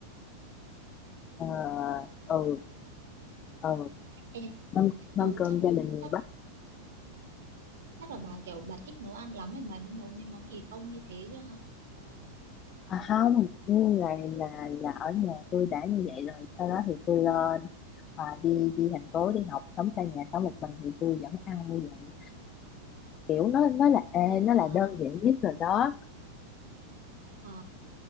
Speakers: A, on the left; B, on the right.
A: ờ, ừ ừ
B: Ê,
A: mâm mâm
B: ừ
A: cơm
B: chắc
A: gia đình miền
B: chắc
A: Bắc
B: chắc là bà kiểu bà thích nấu ăn lắm ấy bà mới nấu mấy món kỳ công như thế chứ hả
A: à, không nhưng là là là ở nhà tôi đã như vậy rồi sau đó thì tôi lên à, đi đi thành phố đi học sống xa nhà sống một mình thì tôi vẫn ăn như vậy kiểu nó nó là ê, nó
B: à,
A: là đơn giản nhất rồi đó
B: à